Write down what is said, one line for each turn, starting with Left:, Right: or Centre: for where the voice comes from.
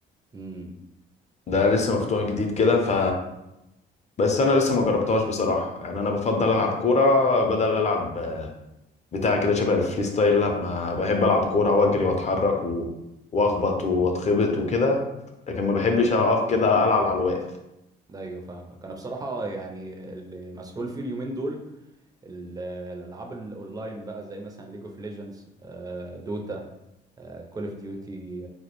Right: امم
Left: ده لسه مفتوح جديد كده ف بس أنا لسه ما جربتهاش بصراحة يعني أنا بفضل ألعب كورة بدل ألعب بتاع كده شبه الفري ستايل لا ما بحب ألعب كورة وأجري وأتحرك و... وأخبط وأتخبط وكده لكن ما بحبش أقف كده ألعب على الواقف
Right: ده ايوه فاهمك انا بصراحه يعني اللي مسحول فيه اليومين دول ال- الالعاب الاونلاين بقى زي مثلا ليج اوف ليجندز دوتا كول اوف ديوتي